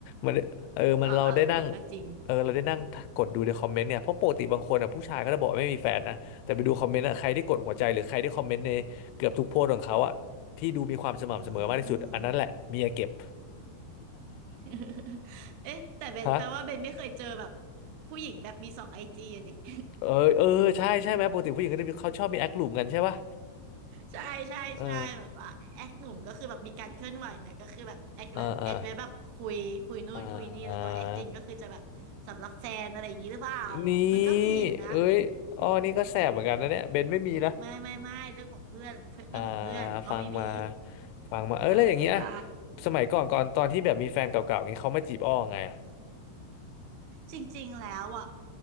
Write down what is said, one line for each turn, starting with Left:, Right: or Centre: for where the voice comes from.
Left: มันเออมันเราได้นั่ง
Right: เออเออโอเคก็จริง
Left: เออเราได้นั่งกดดูในคอมเมนต์เนี่ยเพราะปกติบางคนอ่ะผู้ชายก็จะบอกว่าไม่มีแฟนนะแต่ไปดูคอมเมนต์อ่ะใครที่กดหัวใจหรือใครที่คอมเมนต์ในเกือบทุกโพสต์ของเขาอ่ะที่ดูมีความสม่ำเสมอมากที่สุดอันนั้นแหละเมียเก็บ
Right: อืม <laughs> เอ๊ะแต่เบนแปลว่าเบนไม่เคยเจอแบบ
Left: <laughs> ฮะ
Right: ผู้หญิงแบบมีสองไอจีอะดิ <laughs>
Left: เออเออใช่ใช่ไหมปกติผู้หญิงก็จะมีเขาชอบมีแอคหลุมกันใช่ปะ
Right: ใช่ใช่ใช่แบบว่าแอคกลุ่มก็คือแบบมีการเคลื่อนไหวนะก็คือแบบแอคแบบแอคไว้แบบคุยคุยนู่นคุยนี่แล้วก็แอคจริงก็คือจะแบบสำหรับแฟนอะไรอย่างนี้หรือเปล่า
Left: เออเออเอออ่านี่
Right: มันก็มีอยู่นะ
Left: เอ้ยอ๋อนี่ก็แสบเหมือนกันนะเนี่ยเบนไม่มีนะ
Right: ไม่ไม่ไม่เรื่องของเพื่อนเพื่อนเรื่องของเพื่อนอ้อไม่มี
Left: อ่าฟังมาฟังมาเออแล้วอย่างเงี้ย
Right: <laughs> ใช่ใช่
Left: สมัยก่อนก่อนตอนที่แบบมีแฟนเก่าๆนี้เขามาจีบอ้อไงอะ
Right: จริงๆแล้วอ่ะ